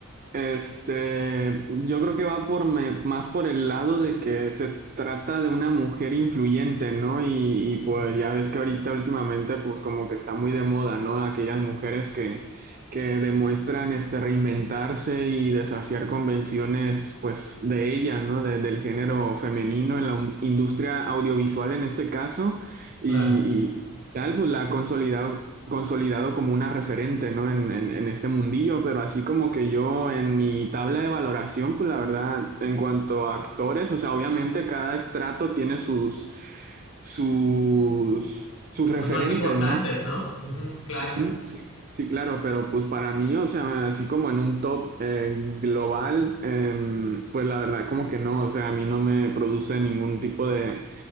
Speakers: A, on the right; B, on the left.
A: Este, yo creo que va por me- más por el lado de que se trata de una mujer influyente, ¿no? Y, y, pues
B: Ujú,
A: ya ves que ahorita últimamente pues como que está muy de moda, ¿no? Aquellas mujeres que, que demuestran este reinventarse y desafiar convenciones pues de ellas, ¿no? De- del género femenino en la un- industria audiovisual en este caso. y
B: claro.
A: Tal, pues la ha consolidado, consolidado como una referente, ¿no? En, en, en este mundillo, pero así como que yo en mi tabla de valoración, pues la verdad, en cuanto a actores, o sea, obviamente cada estrato tiene sus, sus, sus
B: Sus
A: referentes,
B: más importantes,
A: ¿no?
B: ¿no? Ujú, claro.
A: Ujú, Sí, sí, claro, pero pues para mí, o sea, así como en un top eh, global, em, pues la verdad como que no, o sea, a mí no me produce ningún tipo de,